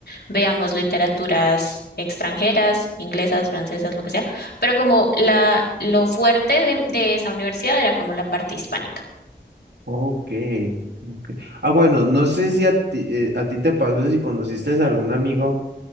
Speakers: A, on the left; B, on the right.
A: veamos literaturas extranjeras, inglesas, francesas, lo que sea, pero como la, lo fuerte de, de esa universidad era como la parte hispánica.
B: ok, ok. Ah, bueno, no sé si a ti, eh, a ti te pasó, si conociste a algún amigo